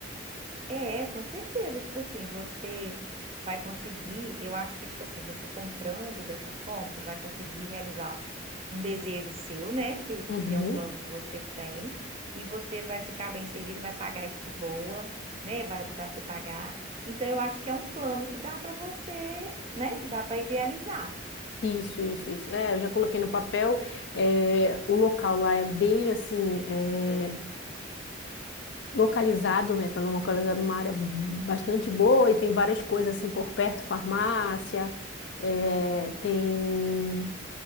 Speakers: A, on the right (about 30°); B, on the left (about 65°).
A: É, com certeza. Tipo assim, você vai conseguir, eu acho que, tipo assim, você comprando dessa forma, você vai conseguir realizar um desejo seu, né? Que,
B: Uhum.
A: que é um plano que você tem, e você vai ficar bem servida, vai pagar isso de boa, né? Vai ajudar você a pagar. Então, eu acho que é um plano que dá para você, né? Dá para idealizar.
B: Isso, isso, isso. É, eu já coloquei no papel. é, o local lá é bem assim, é, localizado, né? Tá numa- localizado numa área bastante boa e tem várias coisas assim por perto, farmácia, é, tem